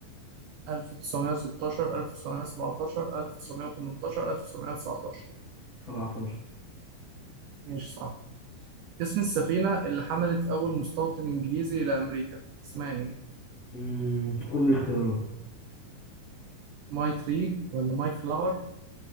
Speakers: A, on the right; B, on the left.
A: 1916 1917 1918 1919
B: 17
A: ماشي صح اسم السفينة اللي حملت أول مستوطن إنجليزي إلى أمريكا اسمها إيه
B: مم، قول لي اختيارات
A: ماي تري ولا ماي فلاور